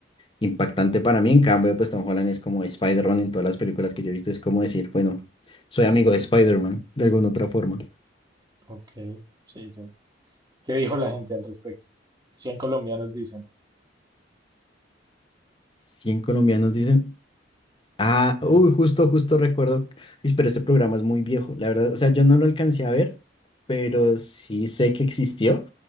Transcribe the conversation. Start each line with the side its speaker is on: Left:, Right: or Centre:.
Left: impactante para mí. En cambio, pues Tom Holland es como Spider-Man en todas las películas que yo he visto, es como decir, bueno, soy amigo de Spider-Man, de alguna otra forma.
Right: Ok, sí, sí. ¿Qué dijo la gente al respecto? 100 colombianos dicen.
Left: 100 colombianos dicen... Ah,
Right: eh,
Left: uy, justo, justo recuerdo. Uy, pero ese programa es muy viejo, la verdad. O sea, yo no lo alcancé a ver, pero sí sé que existió